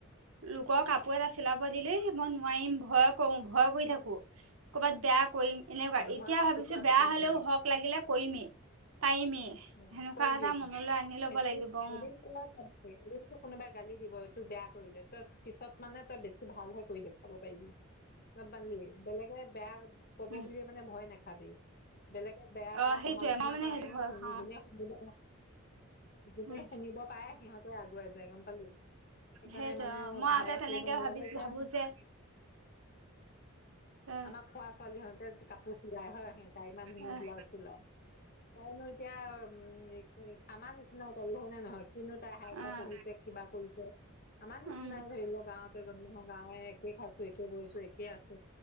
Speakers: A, on the right; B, on the left.
A: লোকৰ কাপোৰ এটা চিলাব দিলে মই নোৱাৰিম ভয় কৰো ভয় কৰি থাকো কৰ'বাত বেয়া কৰিম এনেকুৱা
B: ভয়
A: এতিয়া
B: শব্দটো
A: ভাবিছো
B: আহিব
A: বেয়া
B: নালাগে
A: হলেও হক লাগিলে কৰিমেই। পাৰিমেই
B: অঁ,
A: সেনেকুৱা
B: কয়িবি
A: এটা
B: এইফালে।
A: মনলৈ আনি ল'ব
B: এদিন,
A: লাগিব উম,
B: এদিন কওৱা পা ৰুমটো কোনোবাই গালি দিব এইটো বেয়া কৰিলে তই পিছত মানে তই বেছি ভালহে কৰি দেখোঁৱাব পাৰিবি। কত বান্ধলি বেলেগে বেয়া কব
A: উম।
B: বুলিয়ে মানে ভয় নাখাবি বেলেগে বেয়া
A: অ',
B: কৰা
A: সেইটোয়ে
B: সমালোচনা
A: মই মানে
B: কৰা
A: সেইটো
B: শুনি
A: ভয়
B: শুনি
A: খাওঁ
B: যোনে শুনিব যোনে
A: উম।
B: শুনিব পাৰে সিহঁত। ত আগুৱাই যায় গম পালি। সেইকাৰণে
A: সেইটোৱে
B: মানে
A: অ', মই
B: ভয়
A: আকৌ তেনেকে
B: কৰিব নালাগে
A: ভাবি
B: এতিয়া।
A: ভাবো যে আহ।
B: আমাৰ খোৱা ছোৱালী হতে কাপোৰ চিলাই হয় সিহ ত ইমান ধুনীয়া
A: আহ
B: ব্লাউজ ওলাও তাইন এতিয়া উম আমাৰ নিচিনা তাইও হ'য়নে, নহয়, কিন্তু তাই হাই - ফাই
A: আহ। আহ।
B: পঢ়িছে, কিবা কৰিছে। আমাৰ
A: উম
B: নিচিনাই ধৰি লোৱা গাঁৱতে জন্ম হোৱা গাঁৱে একে খাইছো একে বৈছো একে আ ত